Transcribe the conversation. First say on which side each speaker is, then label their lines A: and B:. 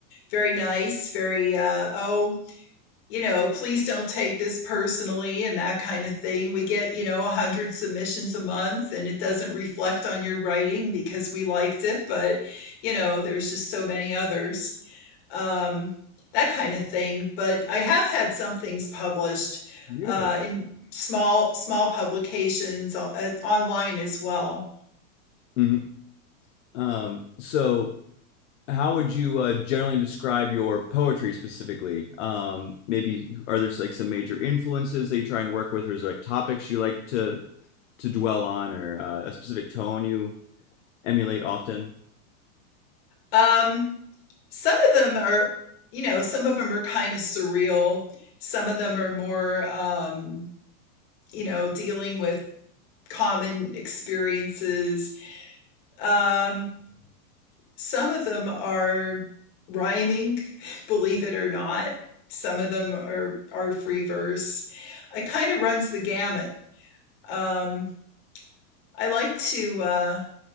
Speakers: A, on the left; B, on the left.
A: Very nice. Very uh, oh, you know, please don't take this personally and that kind of thing. We get, you know, 100 submissions a month and it doesn't reflect on your writing because we liked it, but, you know, there's just so many others, um, that kind of thing. But I have had some things published
B: beautiful
A: uh, in small, small publications o- uh, online as well.
B: hmm um, so how would you uh, generally describe your poetry specifically? Um, maybe are there like some major influences that you try and work with, or is there like topics you like to to dwell on, or uh, a specific tone you emulate often?
A: Um, some of them are, you know, some of them are kind of surreal. Some of them are more, um, you know, dealing with common experiences. Um, some of them are rhyming, <laughs> believe it or not. Some of them are are free verse. It kind of runs the gamut. Um, I like to uh,